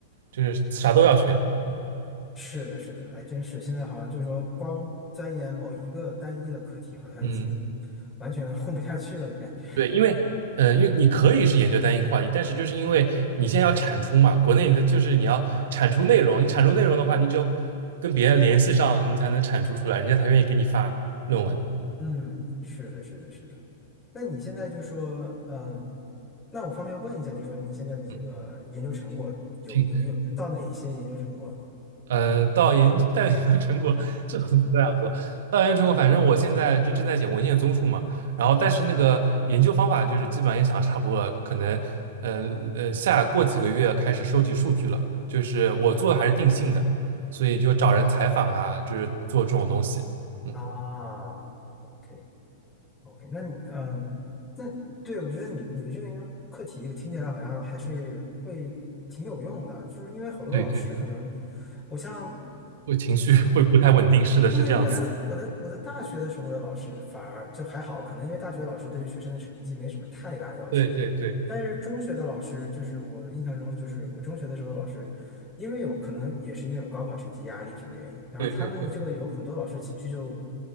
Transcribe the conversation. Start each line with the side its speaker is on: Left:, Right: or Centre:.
Right: 就是啥都要学。嗯，
Left: 是的，是的，还真是。现在好像就是说，光钻研某一个单一的课题，好像已经完全
Right: 嗯
Left: <laughs> 混不下去了的感觉。
Right: 对，因为嗯，呃因为你可以是研究单一个话题，但是就是因为你现在要产出嘛，国内的就是你要产出内容，你产出内容的话，你只有跟别人联系上，你才能产出出来，人家才愿意给你发论文。
Left: 嗯，是的，是的，是的。那你现在就说，嗯，那我方便问一下，就说你现在的这个研究成果有有有到哪一些研究成果了吗？
Right: 嗯挺呃，到研 <laughs> 到研究成果，<laughs> 这不这样说。到研究成果，反正我现在就正在写文献综述嘛。然后，但是那个研究方法就是基本上也想差不多了，可能呃呃下过几个月开始收集数据了。就是我做的还是定性的，所以就找人采访啊，就是做这种东西。嗯，
Left: 啊，OK。OK，那你嗯、呃那对我觉得你你的这个研究课题，我听起来好像还是会挺有用的，就是因为好多老师可能，
Right: 对对，
Left: 我像
Right: 会情绪会不太稳定，是的，
Left: 对，
Right: 是这样子。
Left: 我的我的我的大学的时候的老师反而就还好，可能因为大学的老师对于学生的成绩没什么太大要求，
Right: 对对对
Left: 但是中学的老师就是我印象中就是我中学的时候的老师，因为有可能也是因为有高考成绩压力什么原因，然后他们的这个有很多老师情绪就
Right: 对对对